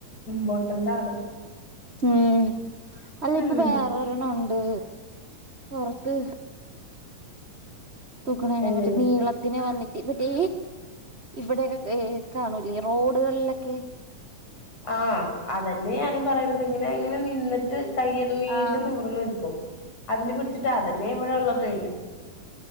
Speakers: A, on the left; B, on the right.
A: ഇമ്പോർട്ടന്റാണ്
B: ഉം അല്ല
A: ഉം
B: ഇപ്പൊ വേറെരെണ് ഉണ്ട് പൊറത്ത് തൂക്കനതെ
A: അതന്നെ
B: മറ്റേ നീള ത്തിന് വന്നിട്ട് മറ്റേ ഇവിടെക്കെ കാണൂലേ ഈ റോഡുകളിലൊക്കെ
A: ആഹ് അതന്നെ ഞാനും പറയണുന്നത് ഇങ്ങനെ ഇങ്ങനെ നിന്നി കൈ നീണ്ട
B: ആഹ്
A: നിവർന്ന് നിൽക്കും അതിന് പിടിച്ചിട്ട് അതന്നെ ഇവിടെ ഉള്ളതും